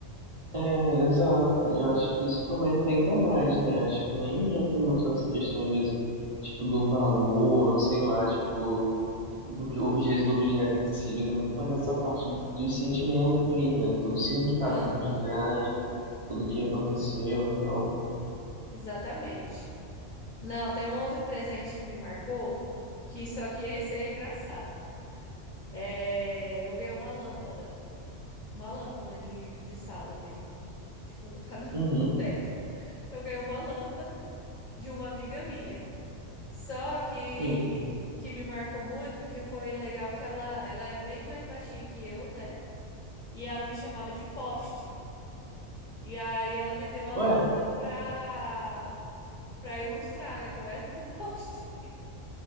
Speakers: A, on the right; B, on the left.
A: É, exato, cara. Eu acho que isso que aumenta ainda mais, né? Acho que nem entra muito nessa questão, às vezes, tipo, do valor, ou sei lá, tipo. do que o objeto do objeto em si, às vezes é muito mais essa parte de sentimento mesmo, né? Todo o significado
B: Aham,
A: por detrás, tudo que aconteceu, então.
B: exatamente. Não, tem um outro presente que me marcou, que só que esse é engraçado. É, eu ganhei uma lâmpada, uma lâmpada de, de sala mesmo, de colocar <laughs> no,
A: Uhum,
B: no teto. Eu ganhei uma lâmpada de uma amiga minha. Só que
A: sim.
B: que me marcou muito porque foi legal que ela ela era bem mais baixinha que eu, né? E ela me chamava de poste. E aí ela me deu a
A: Ué,
B: lâmpada pra para ilustrar, né, que eu era o <laughs> poste.